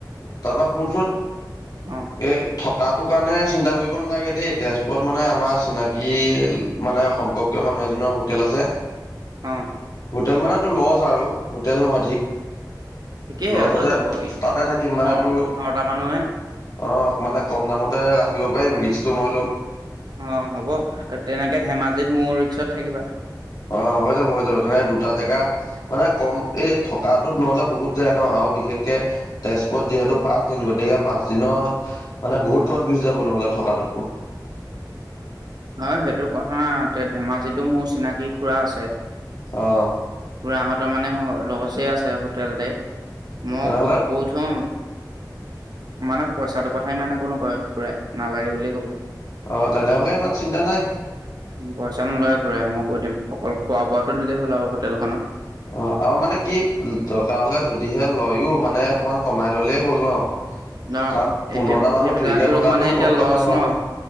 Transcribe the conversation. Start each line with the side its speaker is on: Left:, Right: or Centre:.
Left: তাৰপা শুনচোন
Right: অ
Left: এই থকাটো কাৰণে চিন্তা কৰিব থাকিব নালাগে দেই তেজপুৰত মানে আমাৰচিনাকি মানে সম্পৰ্কীয় মানুহ এজনৰ হোটেল আছে
Right: উ
Left: হোটেল মানে তু লজ আৰু হোটেল নহয় ঠিক
Right: ঠিকেই
Left: ততে
Right: হৈ যাব
Left: তাতে থাকিম
Right: পোন্ধৰ
Left: মানে তোৰ
Right: পোন্ধৰটা মানুহে
Left: অ মানে কম দামতে ৰাখিব পাৰিম ৰিক্সটো মই ল'ম
Right: অ হ'ব তেনেকে ধেমাজিত মোৰ ৰিক্সত থাকিবা
Left: অ হৈ যাব হৈ যাব তেনে দুটা জেগা মানে কম এই থকাটোত নহলে বহুত যায় ন আৰু বিশেষকে তেজপুৰত যিহেতু পাচ দিন গতিকে পাচ দিনত মানে বহুত খৰচ গুচি যাব নহয় থকাটো
Right: হয় সেইটো কথা নাই এ ধেমাজিতো মোৰ চিনাকি খুৰা আছে
Left: অ
Right: খুৰাহতৰ মানে লজআছে হোটেল টাইত মই
Left: তেনেহ'লে
Right: কৈথম মানে পইচাটোৰ কথা ইমান একো নকয় খুৰাই নালাগে বুলিয়ে কব
Left: অ তেনেহ'লে ইমান চিন্তা নাই
Right: উ পইচা নলয় খুৰাই মই কৈ দিম অকল খোৱা বোৱাটো দিলেই হ'ল আৰু হোটেলখনত
Left: অ আৰু মানে কি দৰকাৰ হলে যদিহে লয়ো মানে অকমান কমাই ললেই হ'ল ন
Right: ন
Left: কাৰণ
Right: সেই
Left: পোন্ধৰটা মানুহ
Right: সেইবিলাক
Left: ফ্ৰীকে
Right: ৰপ
Left: থকাটোও
Right: মানে এতিয়া
Left: কম
Right: লচ
Left: কথা নহয়
Right: ন
Left: নহয়